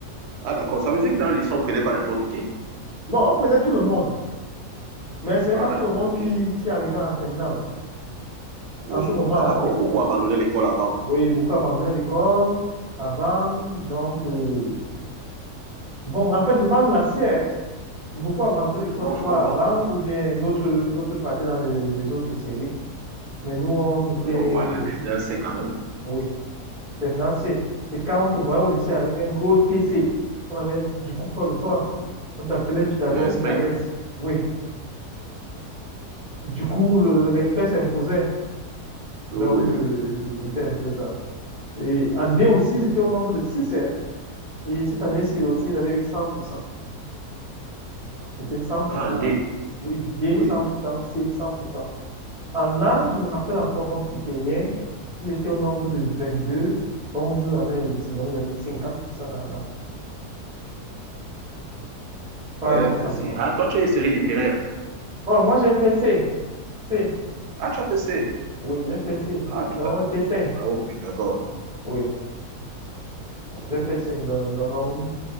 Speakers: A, on the right; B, in the centre.
A: Ah d'accord, ça veut dire que dans le lycée, on ne prenait pas n'importe qui.
B: Non, on prenait tout le monde, mais ce n'est
A: Ah
B: pas
A: d'accord,
B: tout le monde
A: ok.
B: qui, qui arrivait en terminale.
A: Oui.
B: En ce moment-là,
A: Ah, d'accord.
B: oui.
A: Beaucoup abandonné l'école avant.
B: Oui, beaucoup abandonnaient l'école avant, donc... euh, Bon, en fait, je parle de la C, hein. Beaucoup abandonnaient l'école
A: Non,
B: soit
A: je comprends.
B: avant ou bien d'autres d'autres partaient dans les, les autres séries. Mais nous, on était,
A: Oui, on parle de la
B: euh,
A: terminale C quand même.
B: oui, terminale C. Et quand on te voyait au lycée avec un gros TC, on avait du coup peur de toi.
A: Hmm.
B: On t'appelait Pythagore
A: Je te respecte.
B: ou Thalès. Oui. Du coup, le, le respect s'imposait.
A: Oui.
B: Donc,
A: oui.
B: euh, c'est- c'était un peu ça. Et en D aussi, c'était au nombre de 6, Hein. Et cette année-ci aussi, ils avaient eu cent. pour cent. C'était 100%.
A: Ah,
B: en-
A: un D.
B: Oui, D,
A: Oui.
B: cent pour cent C, cent. pour cent. En A, je me rappelle encore comme c'était hier. Ils étaient au nombre de 22, 11 avaient réussi. Donc, ils avaient eu 50% en A. Paradoxalement.
A: Ouais, là, ici. Ah, toi, tu es série littéraire.
B: Bon, moi, j'ai fait C. C.
A: Ah, tu as fait C.
B: Oui, j'ai fait C.
A: Ah, Pytha...
B: Donc, on était 5.
A: Bravo, Pythagore.
B: Oui. J'ai fait
A: Hmm.
B: cinq, donc